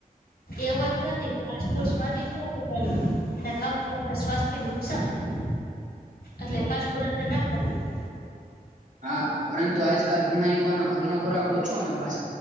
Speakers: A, on the left; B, on the right.
A: એવ જ નથી ફાસ્ટ ફૂડ સ્વાદટ લાગ પણ. એને ખાવું છે એટલે સ્વાસ્થ્યને નુકસાન થાય. એટલે ફાસ્ટ ફૂડ આપડે ના ખાવું જોઈએ.
B: હા. પરંતુ આજકાલ ઘણા યુવાનો ઘરનોો ખોરાક ઓછો અને પાછ